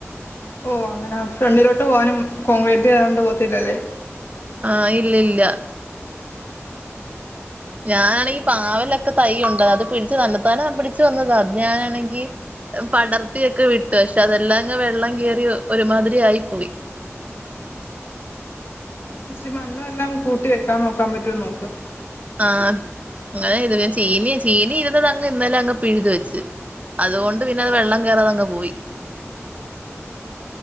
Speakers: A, on the left; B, on the right.
A: ഓ അങ്ങനെ ഫ്രണ്ടിലോട്ട് പോകാനും കോൺക്രീറ്റ്ത കൊണ്ട് പോകത്തില്ലല്ലേ
B: ആ ഇല്ല ഇല്ല ഞാനാണെങ്ക പാവലൊക്കെ തൈുണ്ട് അത് പിടിച്ചു തന്നെത്താനൻ പിടിച്ചു വന്നത് അത് ഞാനാണെങ്കി പടർത്തിയ ഒക്കെ വിട്ടു പക്ഷെ അതെല്ലാം അങ്ങ് വെള്ളം കയറി ഒരുമാതിരി ആയി പോയി
A: പക്ഷി മണ്ണും എല്ലാം കൂട്ടി വെക്കാൻ നോക്കാൻ പറ്റുവോ നോക്ക്
B: ആഹ അങ്ങനെ ഇത് പിെ ചീന ചീനി ഇരുന്നത് അങ്ങ് ഇന്നലെ അങ്ങ് പിഴുത് വെച്ച് അതുകൊണ്ട് പിന്നെ അത് വെള്ളം കേയറാതങ്ങ് പോയി